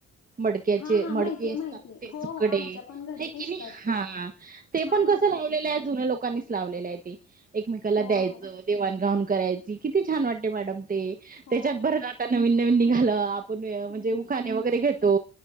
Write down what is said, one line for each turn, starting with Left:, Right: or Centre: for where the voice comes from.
Right: मडक्याचे
Left: हा हा
Right: मडके
Left: माहितीये
Right: असतात
Left: माहितीये
Right: ते
Left: हो
Right: सुकडे
Left: हो आमच्या पण घरी
Right: हाय
Left: पुजतात
Right: कि नाही हा.
Left: ते
Right: ते
Left: छान
Right: पण
Left: वाटतं
Right: कसं लावलेलं
Left: ते
Right: आहे जुन्या लोकांनीच लावलेलं आहे ते एकमेकाला
Left: हो
Right: द्यायचं
Left: हो
Right: देवाणगाऊन करायची किती छान वाटते मॅडम ते
Left: हो
Right: त्याच्यात भर आता नवीन, नवीन निघालं म्हणजे
Left: हम्म
Right: उखाने वगैरे घेतो